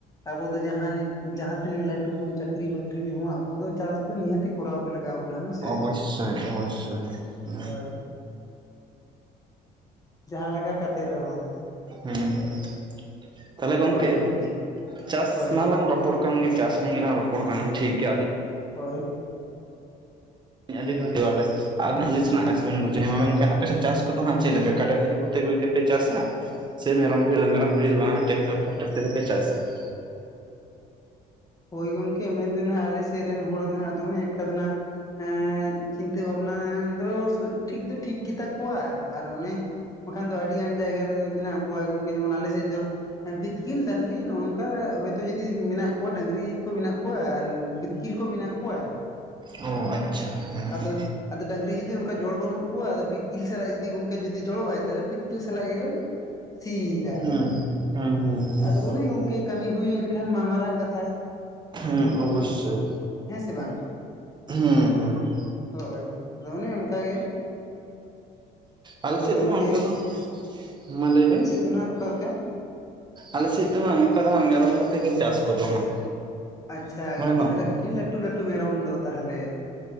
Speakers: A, on the left; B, on the right.
A: ᱟᱵᱚ ᱫᱚ ᱡᱟᱦᱟᱸ, ᱡᱟᱦᱟᱸ ᱛᱤᱱᱟᱹᱜ ᱞᱟᱹᱴᱩ ᱵᱚᱱ ᱪᱟᱹᱠᱨᱤ ᱵᱟᱹᱠᱨᱤ ᱨᱮᱦᱚᱸ ᱟᱵᱚ ᱫᱚ ᱪᱟᱥ ᱫᱚ ᱱᱤᱦᱟᱹᱛᱤ ᱠᱚᱨᱟᱣ ᱜᱮ ᱞᱟᱜᱟᱣ ᱵᱚᱱᱟ ᱦᱮᱸ ᱥᱮ
B: ᱚᱵᱚᱥᱥᱳᱭ ᱚᱵᱚᱥᱥᱳᱭ ᱦᱩᱸ᱾
A: ᱦᱳᱭ ᱡᱟᱦᱟᱸ ᱞᱮᱠᱟ ᱠᱟᱛᱮᱜ ᱨᱮᱦᱚᱸ᱾
B: ᱦᱩᱸ᱾ ᱛᱟᱦᱞᱮ ᱜᱚᱝᱠᱮ
A: ᱦᱳᱭ ᱜᱚᱢᱠᱮ
B: ᱪᱟᱥ
A: ᱦᱳᱭ
B: ᱢᱟᱞᱟᱝ ᱵᱟᱯ ᱨᱚᱯᱚᱲ ᱠᱟᱱ ᱜᱮ ᱪᱟᱥ ᱱᱤᱭᱮ ᱜᱮᱞᱟᱝ ᱨᱚᱯᱚᱲ ᱠᱟᱱᱟ ᱴᱷᱤᱠ ᱜᱮᱭᱟ ᱟᱹᱞᱤᱧ
A: ᱦᱳᱭ᱾
B: ᱟᱹᱰᱤ‌ ᱵᱷᱟᱜᱤ ᱚᱞᱮᱥ ᱟᱵ ᱟᱞᱮ ᱥᱮᱱᱟᱜ ᱪᱟᱥ ᱵᱮᱱ ᱵᱩᱡᱟ, ᱢᱮᱱᱠᱷᱟᱱ ᱟᱯᱮ ᱥᱮᱫ ᱪᱟᱥ ᱠᱚᱫᱚ ᱦᱟᱸᱜ ᱪᱮᱫ ᱞᱮᱠᱟ ᱠᱟᱰᱟ ᱰᱟᱹᱝᱨᱤ ᱠᱚᱛᱮ ᱜᱮ ᱯᱮ ᱪᱟᱥᱟ? ᱥᱮ ᱢᱮᱨᱚᱢ ᱵᱷᱤᱲᱤ, ᱢᱮᱨᱚᱢ ᱵᱷᱤᱰᱤ ᱫᱚ ᱵᱟᱝ-ᱟ ᱴᱮᱠᱴᱟᱨ ᱯᱷᱮᱠᱴᱟᱨ ᱛᱮᱜᱮ ᱯᱮ ᱪᱟᱥᱟ?
A: ᱦᱳᱭ ᱜᱚᱝᱠᱮ ᱢᱮᱱ ᱫᱚ ᱱᱟᱦᱟᱜ ᱟᱞᱮᱥᱮᱫ ᱨᱮᱱ ᱦᱚᱲ ᱫᱚ ᱱᱟᱦᱟᱜ ᱫᱚᱢᱮ ᱮᱠᱴᱟ ᱫᱚ ᱱᱟᱦᱟᱜ ᱮᱻᱱ ᱪᱤᱱ ᱛᱟᱹ ᱵᱷᱟᱵᱱᱟ ᱫᱚ ᱴᱷᱤᱠ ᱫᱚ ᱴᱷᱤᱠ ᱜᱮᱛᱟ ᱠᱚᱣᱟ ᱟᱨ ᱚᱱᱮ ᱵᱟᱠᱷᱟᱱ ᱫᱚ ᱟᱹᱰᱤ ᱜᱟᱱ ᱡᱟᱭᱜᱟ ᱨᱮᱫᱚ ᱢᱮᱱᱟᱜ ᱠᱚᱣᱟ ᱜᱚᱝᱠᱮ ᱡᱮᱢᱚᱱ ᱟᱞᱮ ᱥᱮᱫ ᱫᱚ ᱵᱤᱛᱠᱤᱞ ᱰᱟᱝᱨᱤ ᱱᱚᱜ-ᱚᱝᱠᱟ ᱦᱳᱭᱛᱚ ᱡᱩᱫᱤ ᱢᱮᱱᱟᱜ ᱠᱚᱣᱟ ᱰᱟᱹᱝᱨᱤ ᱠᱚ ᱢᱮᱱᱟᱜ ᱠᱚᱣᱟ ᱟᱨ ᱵᱤᱛᱠᱤᱞ ᱠᱚ ᱢᱮᱱᱟᱜ ᱠᱚᱣᱟ᱾
B: ᱚ, ᱟᱪᱪᱷᱟ ᱦᱮᱸ᱾
A: ᱟᱫᱚ ᱟᱫᱚ ᱰᱟᱹᱝᱨᱤ ᱡᱩᱫᱤ ᱚᱱᱠᱟ ᱡᱚᱲ ᱵᱟᱹᱱᱩᱜ ᱠᱚᱣᱟ ᱟᱫᱚ ᱵᱤᱛ ᱠᱤᱛᱠᱤᱞ ᱥᱟᱞᱟᱜ ᱡᱩᱫᱤ ᱜᱚᱢᱠᱮ ᱡᱩᱫᱤ ᱡᱚᱲᱚᱜ-ᱟᱭ ᱛᱟᱦᱞᱮ ᱵᱤᱛᱠᱤᱞ ᱥᱟᱞᱟᱜ ᱜᱮᱞᱮ ᱥᱤᱭᱮᱫᱟ᱾
B: ᱦᱮᱸ ᱦᱮᱸ ᱦᱮᱸ ᱦᱮᱸ
A: ᱟᱫᱚ
B: ᱦᱮᱸ
A: ᱚᱱᱮ ᱜᱚᱜᱠᱮ ᱠᱟᱹᱢᱤ ᱦᱩᱭᱮᱱ ᱠᱷᱟᱱ ᱢᱟ ᱢᱟᱨᱟᱝ ᱠᱟᱛᱷᱟ᱾
B: ᱦᱮᱸ ᱚᱵᱚᱥᱥᱳᱭ᱾
A: ᱦᱮᱸ ᱥᱮ ᱵᱟᱝ
B: ᱦᱩᱸ ᱦᱩᱸ᱾
A: ᱦᱳᱭ᱾ ᱟᱫᱚ ᱚᱱᱮ ᱚᱱᱠᱟᱜᱮ
B: ᱟᱞᱮ
A: ᱟᱫᱚ
B: ᱥᱮᱫ
A: ᱜᱚᱝᱠᱮ
B: ᱦᱚᱸ ᱚᱱᱠᱟ ᱫᱚ ᱢᱟ ᱞᱟᱹᱭ ᱵᱮᱱ᱾
A: ᱛᱤᱱᱟᱹᱜ ᱚᱠᱟᱞᱮᱠᱟ?
B: ᱟᱞᱮ ᱥᱮᱫ ᱫᱚ ᱦᱟᱸᱜ ᱱᱚᱝᱠᱟ ᱫᱚ ᱦᱟᱸᱜ ᱢᱮᱨᱚᱢ ᱠᱚᱛᱮ ᱜᱮ ᱪᱟᱥ ᱠᱚᱫᱚ ᱦᱟᱸᱜ᱾
A: ᱟᱪᱪᱷᱟ
B: ᱢᱮᱱᱚᱜ
A: ᱜᱚᱝᱠᱮ ᱛᱟᱦᱞᱮ ᱟᱹᱰᱤ ᱞᱟᱹᱴᱩ ᱞᱟᱹᱴᱩ ᱢᱮᱨᱚᱢ ᱫᱚ ᱛᱟᱦᱞᱮ᱾